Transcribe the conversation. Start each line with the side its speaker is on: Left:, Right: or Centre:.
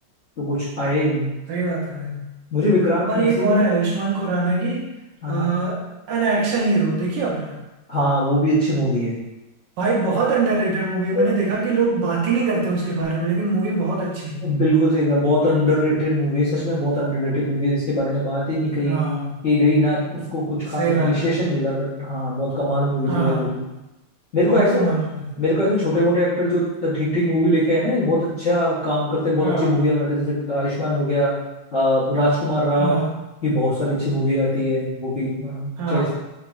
Left: तो कुछ आया ही नहीं
Right: सही बात है भाई
Left: मुझे विक्रांत
Right: और एक
Left: मैसी
Right: और
Left: भी
Right: है आयुष्मान खुराना की
Left: हाँ
Right: अ,
Left: हाँ
Right: एन एक्शन हीरो देखिए आपने
Left: हाँ वो भी अच्छी मूवी
Right: भाई बहुत अंडररेटेड मूवी है
Left: है
Right: मैंने देखा कि लोग बात ही नहीं करते उसके बारे में लेकिन मूवी बहुत अच्छी है
Left: बिल्कुल सही कहा बहुत अंडररेटेड मूवी है सच में बहुत अंडररेटेड मूवी है जिसके बारे में बात ही नहीं कही
Right: हाँ
Left: की गई ना उसको कुछ खास
Right: सही
Left: अप्रिशिएशन
Right: बात है
Left: मिला बट हाँ बहुत कमाल मूवी
Right: हाँ
Left: थी यार वो भी मेरे
Right: बहुत
Left: को ऐसे
Right: कमाल मूवी थी
Left: मेरे
Right: भाई
Left: को ऐसे छोटे मोटे एक्टर जो ठीक ठीक मूवी लेके आए ना ये बहुत अच्छा काम करते बहुत
Right: हाँ
Left: अच्छी मूवियाँ बनाते हैं। जैसे आयुष्मान हो गया अ, राजकुमार राव
Right: हाँ
Left: की बहुत सारी अच्छी मूवी आती है वो भी अ,
Right: हाँ
Left: चाहे